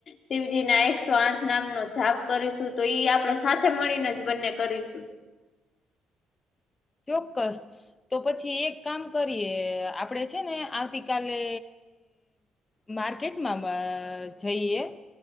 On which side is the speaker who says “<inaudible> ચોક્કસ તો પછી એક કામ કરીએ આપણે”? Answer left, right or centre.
Left